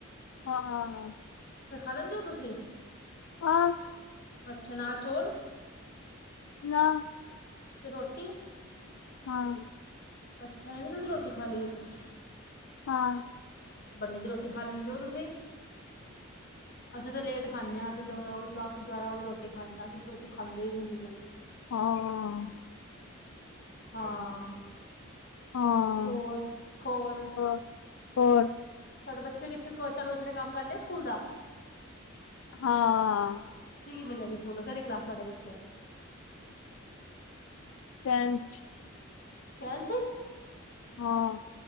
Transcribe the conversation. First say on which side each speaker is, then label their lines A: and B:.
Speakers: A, on the left; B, on the left.
A: ਹਾਂ ਹਾਂ ਹਾਂ
B: ਲੈਂਦੇ ਹੋ ਤੁਸੀਂ
A: ਆਹ
B: ਅੱਛਾ ਨਾ ਚੋਲ
A: ਨਾ
B: ਤੇ ਰੋਟੀ
A: ਹਾਂ
B: ਅੱਛਾ ਇਹਨੀ ਜਲਦੀ ਰੋਟੀ ਖਾ ਲਈਏ ਤੁਸੀਂ
A: ਹਾਂ
B: ਬੜੀ ਜਲਦੀ ਰੋਟੀ ਖਾ ਲੈਂਦੇ ਹੋ ਤੁਸੀਂ ਅਸੀਂ ਤਾਂ ਲੇਟ ਖਾਂਦੇ ਹਾਂ ਅਸੀਂ ਦਸ ਗਿਆਰਾਂ ਵਜੇ ਰੋਟੀ ਖਾਂਦੇ ਹ ਅਸੀਂ ਤੇ ਰੋਟੀ ਖਾਂਦੇ ਹੀ ਨ ਇੰਨੀ ਜਲਦੀ
A: ਹਾਂ
B: ਹਾਂ
A: ਹਾਂ
B: ਹੋਰ ਹੋਰ
A: ਹ ਹੋਰ
B: ਤੁਹਾਡੇ ਬੱਚੇ ਕਿੱਥੇ ਤੁਹਾਡੇ ਬੱਚੇ ਨੇ ਕੰਮ ਕਰ ਲਿਆ ਸਕੂਲ ਦਾ
A: ਹਾਂ
B: ਕੀ ਕੀ ਮਿਲਿਆ ਸੀ ਸਕੂਲ ਕਿਹੜੀ ਕਲਾਸ ਸਾਡੇ ਬੱਚੇ
A: <unintelligible>
B: <unintelligible>
A: ਹਾਂ